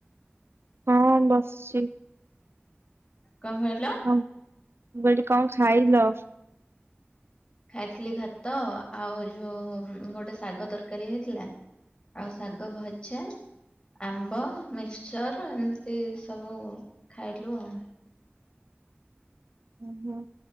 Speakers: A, on the right (about 70°); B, on the left (about 20°).
A: ହଁ ବସଚି।
B: କଣ ଖାଇଥିଲ?
A: ମୁଁ କହିଲି କଣ ଖାଇଲ?
B: ଖାଇଥିଲି ଭାତ ଆଉ ଯୋଉ ଗୋଟେ ଶାଗ ତରକାରୀ ହେଇଥିଲା। ଆଉ ଶାଗ ଭଜା ଆମ୍ବ ମିକ୍ସଚର୍ ଏମିତି ସବୁ ଖାଇଲୁ ଆଉ।
A: ଓହୋ।